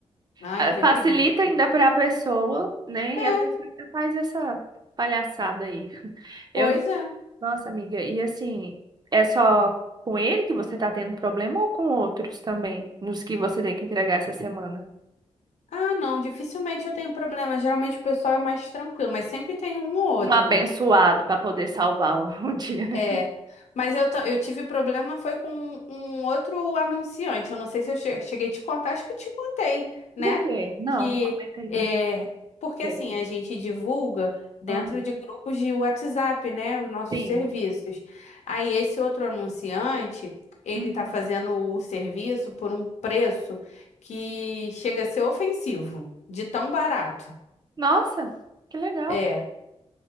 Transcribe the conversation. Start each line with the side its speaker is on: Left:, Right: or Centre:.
Left: Ai,
Right: Ah,
Left: eu tenho
Right: Facilita
Left: preguiça.
Right: ainda para a pessoa, né?
Left: É,
Right: E a pessoa ainda faz essa palhaçada aí. Eu
Left: Pois
Right: não...
Left: é.
Right: Nossa, amiga, e assim, é só com ele que você tá tendo problema ou com outros também, nos que você tem que entregar essa semana?
Left: Ah, não, dificilmente eu tenho problema. Geralmente o pessoal é mais tranquilo, mas sempre tem um ou outro,
Right: Um abençoado
Left: né?
Right: para poder salvar o, <laughs> o dia, né?
Left: É, mas eu, ta- eu tive problema foi com um um outro anunciante. Eu não sei se eu che- cheguei a te contar, acho que eu te contei, né?
Right: Do quê? Não,
Left: Que
Right: comenta aí
Left: é,
Right: pra mim
Left: porque
Right: ver
Left: assim,
Right: se-
Left: a gente divulga dentro
Right: Ah,
Left: de grupos de WhatsApp, né? Os nossos
Right: sim.
Left: serviços. Aí esse outro anunciante, ele
Right: Uhum.
Left: tá fazendo o serviço por um preço que chega a ser ofensivo, de tão barato.
Right: Nossa, que legal.
Left: É.